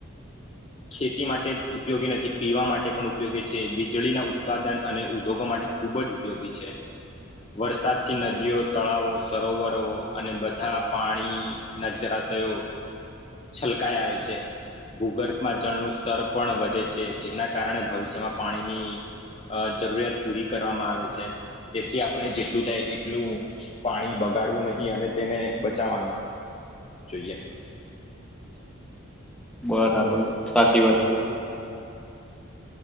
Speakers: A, on the left; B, in the centre.
A: ખેતી માટે જ ઉપયોગી નથી, પીવા માટે પણ ઉપયોગી છે, વીજળીના ઉત્પાદન અને ઉદ્યોગો માટે ખૂબ જ ઉપયોગી છે. વરસાદથી નદીઓ, તળાવો, સરોવરો અને બધા પાણી ના જરાશયો છલકાય આવે છે ભૂગર્ભ માં જળનું સ્તર પણ વધે છે, જેના કારણે ભવિષ્યમાં પાણીની અ જરૂરિયાત પૂરી કરવામાં આવે છે. તેથી આપણે જેટલું થાય એટલું પાણી બગાડવું નહી અને તેને બચાવવાનું જોઈએ.
B: બરાબર, સાચી વાત છે.